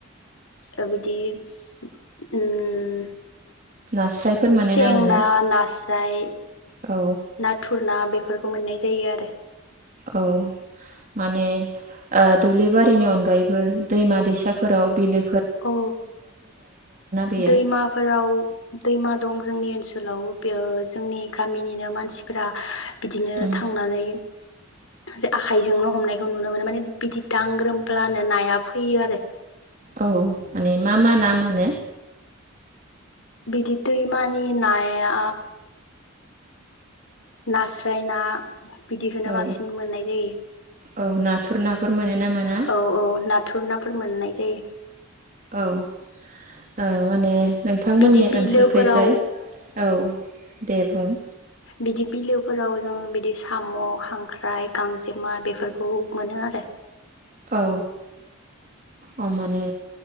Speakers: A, on the left; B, on the right.
A: ओ बिदि उम
B: नास्रायफोर मोनो
A: सें
B: मोना
A: ना नास्राय
B: औ
A: नाथुर ना बेफोरखौ मोननाय जायो आरो।
B: औ माने ओ दुब्लि बारिनि अनगायैबो दैमा दैसाफोराव बिलो
A: औ
B: गैया
A: दैमाफोराव दैमा दं जोंनि ओनसोलाव बेयो जोंनि गामिनिनो मानसिफ्रा बिदिनो
B: उम
A: थांनानै जे आखाइजोंनो' हमनायखौ नुनो मोनो माने बिदि दांग्रोमब्लानो नाया फैयो आरो।
B: औ माने मा मा ना मोनो?
A: बिदि दैमानि नाया नास्रायना बिदिखौनो
B: औ
A: बांसिन मोननाय जायो।
B: औ नाथुर नाफोर मोनो ना मोना
A: औ औ नाथुर नाफोर मोननाय जायो।
B: औ ओ माने नोंथांमोननि
A: बिदि बिलोफोराव
B: ओनसोलखै जाय औ दे बुं
A: बिदि बिलोफोराव जों बिदि साम', खांख्राइ, गांजेमा बेफोरखौ मोनो आरो।
B: औ औ माने